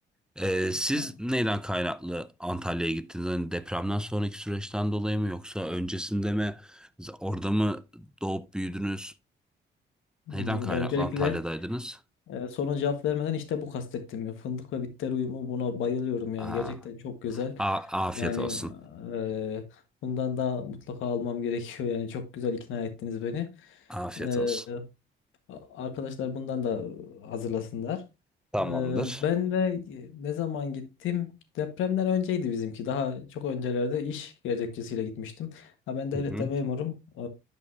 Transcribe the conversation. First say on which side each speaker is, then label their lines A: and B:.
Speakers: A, in the centre; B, on the left (about 80°).
A: E, siz
B: Ha,
A: neyden kaynaklı Antalya'ya gittiniz? Hani depremden sonraki süreçten dolayı mı yoksa öncesinde mi? Orada mı doğup büyüdünüz?
B: hmm,
A: Neyden kaynaklı
B: Öncelikle
A: Antalya'daydınız?
B: e, soruna cevap vermeden işte bu kastettim ya. Fındık ve bitter uyumu buna bayılıyorum yani.
A: Aha.
B: Gerçekten çok güzel.
A: A- afiyet
B: Yani
A: olsun.
B: e, bundan da mutlaka almam gerekiyor. Yani çok güzel ikna ettiniz beni.
A: Afiyet
B: E,
A: olsun.
B: A- Arkadaşlar bundan da hazırlasınlar.
A: Tamamdır.
B: Ee, ben de e, ne zaman gittim? Depremden önceydi bizimki. Daha çok öncelerde iş gerekçesiyle gitmiştim. Ha, ben devlette
A: Hı hı.
B: memurum. Ee,